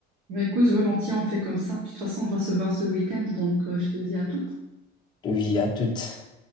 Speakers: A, on the right; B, on the left.
A: bah, écoute, volontiers, on fait comme ça. De toute façon, on va se voir ce week-end, donc euh, je te dis à toutes.
B: Oui, à toutes.